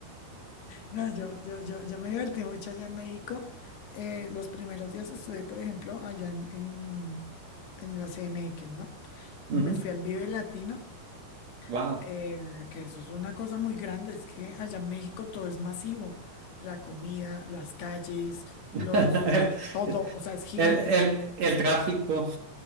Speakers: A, on the left; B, on the right.
A: No, yo, yo, yo, yo me divertí mucho allá en México. Eh, los primeros días estuve, por ejemplo, allá en, en, en la CMX, ¿no? Me
B: <laughs>
A: fui al Vive Latino,
B: Wow.
A: eh, que eso es una cosa muy grande, es que allá en México todo es masivo, la comida, las calles, los,
B: <laughs>
A: lo- todo, o sea, es gigante.
B: El, el, el tráfico,